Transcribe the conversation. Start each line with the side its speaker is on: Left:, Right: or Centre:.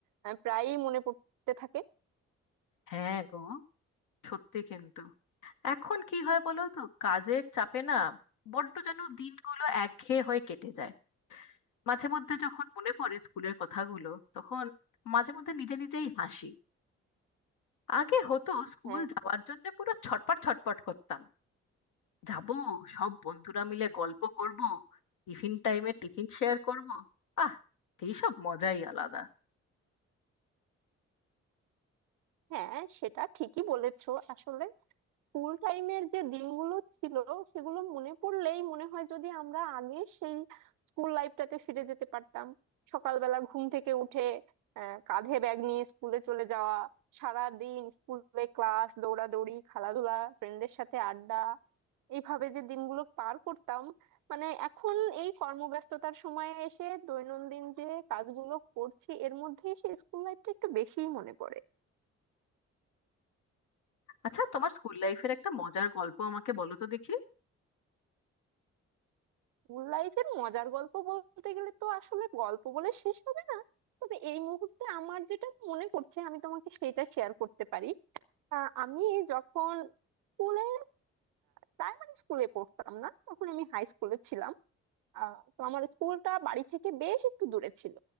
Right: আহ, প্রায়ই মনে পড়তে থাকে
Left: হ্যাঁ গো সত্যি কিন্তু এখন কি হয় বলো তো কাজের চাপে না বড্ড যেন দিনগুলো একঘেয়ে হয়ে কেটে যায় মাঝে মধ্যে যখন মনে পড়ে স্কুলের কথাগুলো তখন মাঝে মধ্যে নিজে নিজেই হাসি আগে হতো স্কুল
Right: হ্যাঁ
Left: যাওয়ার জন্য পুরো ছটপট ছটপট করতাম যাব সব বন্ধুরা মিলে গল্প করব টিফিন টাইমে টিফিন শেয়ার করব আহ এইসব মজাই আলাদা
Right: হ্যাঁ সেটা ঠিকই বলেছো আসলে স্কুল টাইমের যে দিনগুলো ছিল সেগুলো মনে পড়লেই মনে হয় যদি আমরা আগে সেই স্কুল লাইফটাতে ফিরে যেতে পারতাম সকালবেলা ঘুম থেকে উঠে আহ, কাঁধে ব্যাগ নিয়ে স্কুলে চলে যাওয়া সারা দিন স্কুলে ক্লাস দৌড়াদৌড়ি খেলাধুলা ফ্রেন্ডদের সাথে আড্ডা এইভাবে যে দিনগুলো পার করতাম মানে এখন এই কর্মব্যস্ততার সময়ে এসে দৈনন্দিন যে কাজগুলো করছি এর মধ্যে সেই স্কুল লাইফটা একটু বেশিই মনে পড়ে
Left: আচ্ছা তোমার স্কুল লাইফের একটা মজার গল্প আমাকে বলো তো দেখি
Right: স্কুল লাইফের মজার গল্প বলতে গেলে তো আসলে গল্প বলে শেষ হবে না তবে এই মুহূর্তে আমার যেটা মনে পড়ছে আমি তোমাকে সেটা শেয়ার করতে পারি আহ, আমি যখন স্কুলে প্রাইমারি স্কুলে পড়তাম না তখন আমি হাই স্কুলে ছিলাম আহ, তো আমার স্কুলটা বাড়ি থেকে বেশ একটু দূরে ছিল